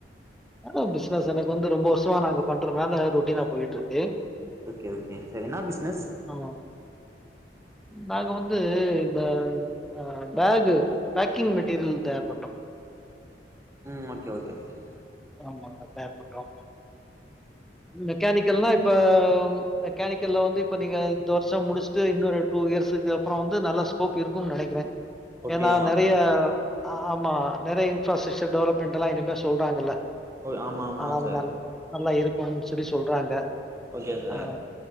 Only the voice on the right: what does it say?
ஓகே ஓகே சரி என்னா பிஸ்னஸ்
ம் ஓகே ஓகே ஒகே
ஓகே
ஓய் ஆமா ஆமா
சார்
ஓகே சார்